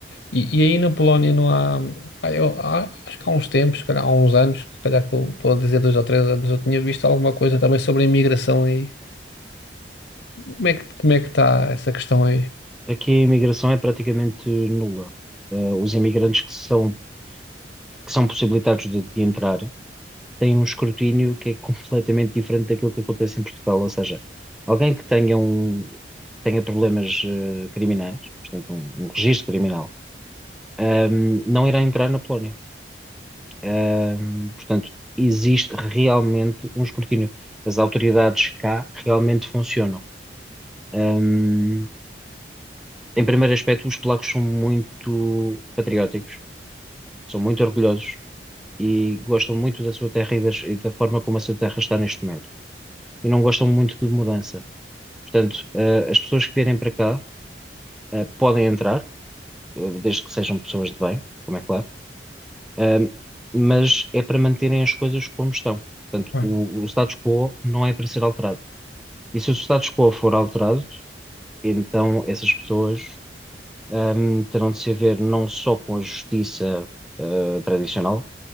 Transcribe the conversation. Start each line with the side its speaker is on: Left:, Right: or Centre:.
Left: E, e aí na Polónia não há, pá, eu, há- acho que há uns tempos, se calhar há uns anos, se calhar que eu estou a dizer dois ou três anos, eu tinha visto alguma coisa também sobre a imigração aí. Como é que, como é que está essa questão aí?
Centre: Aqui a imigração é praticamente nula. Uh, os imigrantes que são, que são possibilitados de, de entrar têm um escrutínio que é <laughs> completamente diferente daquilo que acontece em Portugal. Ou seja, alguém que tenha, um, tenha problemas eh, criminais, portanto, um, um registro criminal, ahm, não irá entrar na Polónia. Ahm, portanto, existe realmente um escrutínio. As autoridades cá realmente funcionam. Ahm, em primeiro aspecto, os polacos são muito patrióticos, são muito orgulhosos e gostam muito da sua terra e, das- e da forma como a sua terra está neste momento. E não gostam muito de mudança. Portanto, eh, as pessoas que vierem para cá, eh, podem entrar, eh, desde que sejam pessoas de bem, como é claro, Ahm, mas é para manterem as coisas como estão. Portanto,
Left: Ah,
Centre: o, o status quo não é para ser alterado. E se o status quo for alterado, então essas pessoas hum, terão de se haver não só com a justiça ah, tradicional,